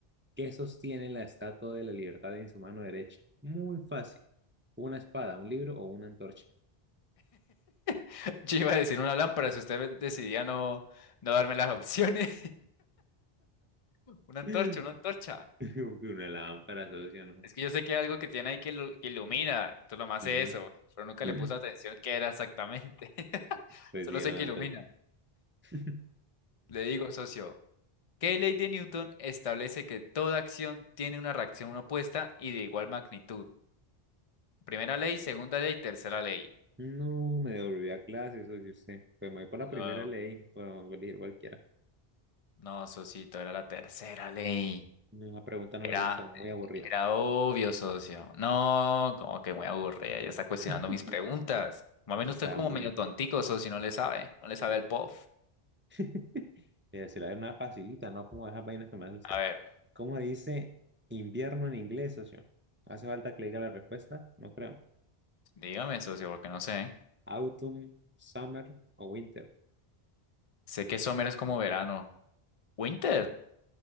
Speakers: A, on the right; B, on the left.
A: ¿Qué sostiene la estatua de la libertad en su mano derecha? Muy fácil. ¿Una espada, un libro o una antorcha?
B: <laughs> Yo iba a decir una lámpara si usted decidía no, no darme las opciones. <laughs> Una
A: <laughs>
B: antorcha, una antorcha.
A: <laughs> Como que una lámpara, socio, ¿no?
B: Es que yo sé que hay algo que tiene ahí que, ilu- que ilumina. Tú lo más
A: Ujú.
B: es eso. Pero nunca
A: <laughs>
B: le puse atención qué era exactamente. <laughs>
A: Pues
B: Solo
A: sí, era
B: sé
A: una
B: que
A: antorcha.
B: ilumina.
A: <laughs>
B: Le digo, socio. ¿Qué ley de Newton establece que toda acción tiene una reacción opuesta y de igual magnitud? Primera ley, segunda ley, tercera ley.
A: No, me devolví a clase, socio, usted. Pues me voy por la primera
B: Ah,
A: ley, pero elegir cualquiera.
B: no, socito, era la tercera ley.
A: La pregunta no
B: Era,
A: me gustó, muy aburrida.
B: era obvio, socio. No, como que muy aburrida. Ya está cuestionando
A: <laughs>
B: mis preguntas. Más bien
A: Sí,
B: usted
A: estaba
B: es como
A: un poquito.
B: medio tontico, socio, no le sabe. No le sabe el POF.
A: <laughs> Pero se la da una facilita, ¿no? Como esas vainas que me hace usted.
B: A ver,
A: ¿Cómo dice invierno en inglés, socio? ¿Hace falta que le diga la respuesta? No creo.
B: dígame, socio, porque no sé.
A: Autumn, summer o winter.
B: Sé que Summer es como verano. ¿Winter?